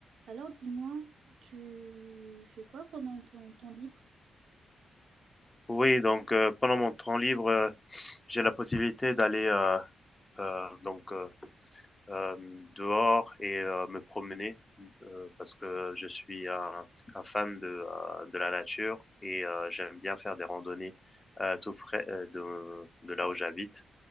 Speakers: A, on the right; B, on the left.
A: Alors dis-moi, tu fais quoi pendant ton temps libre?
B: Oui, donc euh, pendant mon temps libre, euh, j'ai la possibilité d'aller euh, euh, donc euh, euh, dehors et euh, me promener euh, parce que je suis un, un fan de, euh, de la nature et euh, j'aime bien faire des randonnées euh, tout près euh, de, de là où j'habite